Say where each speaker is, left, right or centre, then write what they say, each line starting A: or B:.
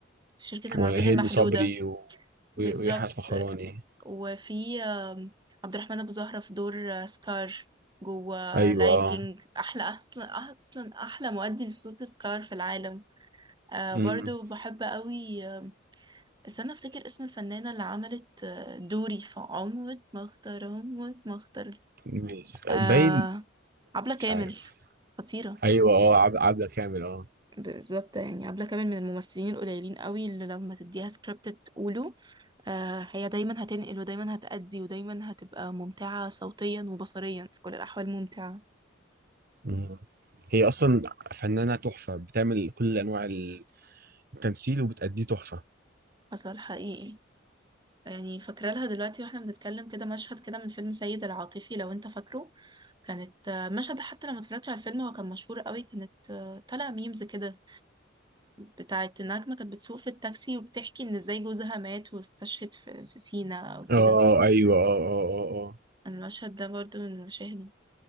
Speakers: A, on the right (about 25°); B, on the right (about 50°).
A: في شركة المرعبين
B: وهند
A: المحدودة
B: صبري و...
A: بالظبط
B: و- ويحيى الفخراني
A: وفي آه، عبد الرحمن أبو زهرة في دور آه، سكار جوه
B: ايوه
A: لاين
B: اه
A: كينج أحلى أصلا أصلا أحلى مؤدي لصوت سكار في العالم آه،
B: امم
A: برضو بحب قوي آه، استنى أفتكر اسم الفنانة اللي عملت آه، دوري في عمود ما اختار عمود ما اختار
B: مش-
A: آه
B: باين
A: عبلة كامل
B: مش عارف
A: خطيرة
B: ايوه اه عب... عبلة كامل اه
A: بالظبط يعني عبلة كامل من الممثلين القليلين قوي اللي لما تديها سكريبت تقوله آه هي دايما هتنقل ودايما هتأدي ودايما هتبقى ممتعة صوتيا وبصريا في كل الأحوال ممتعة
B: مم. هي اصلا فنانة تحفة بتعمل كل انواع التمثيل وبتأديه تحفة
A: حصل حقيقي يعني فاكرة لها دلوقتي واحنا بنتكلم كده مشهد كده من فيلم سيد العاطفي لو انت فاكره كانت آه، مشهد حتى لما اتفرجتش على الفيلم هو كان مشهور قوي كانت آه، طالع ميمز كده بتاعة النجمة كانت بتسوق في التاكسي وبتحكي إن إزاي جوزها مات واستشهد في, في سينا أو كده
B: اه ايوه اه اه اه اه
A: المشهد ده برضو من المشاهد